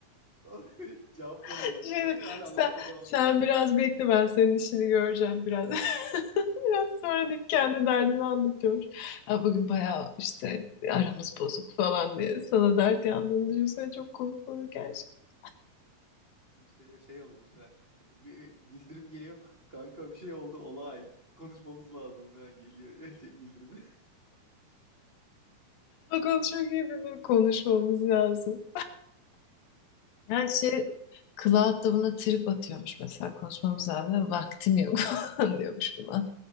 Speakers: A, on the right; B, on the left.
A: <laughs> cevaplarım
B: <laughs>
A: onu
B: Şey,
A: falan diyor. Hala
B: sen,
A: anlatmaya devam
B: sen
A: ediyor.
B: biraz bekle ben senin işini göreceğim biraz. <laughs> Biraz sonra deyip kendi derdini anlatıyor. Ha, bugün bayağı işte aramız bozuk falan diye sana dert yandığını düşünsene çok komik olur gerçekten.
A: şey şey olur mesela bir- bildirim geliyor kanka bir şey oldu olay konuşmamız lazım falan geliyor <laughs> işte bildirimi.
B: Bakalım çok iyi bir konuşmamız lazım. Yani
A: D-
B: şey Cloud da buna trip atıyormuş mesela konuşmamız lazım. Vaktim yok <laughs> falan diyormuş buna.